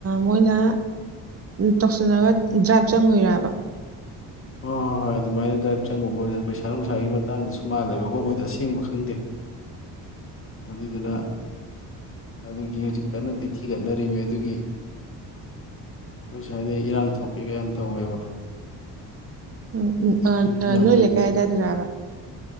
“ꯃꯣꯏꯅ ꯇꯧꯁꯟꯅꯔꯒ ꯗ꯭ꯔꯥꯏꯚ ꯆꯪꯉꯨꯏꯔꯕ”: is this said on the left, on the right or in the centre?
Right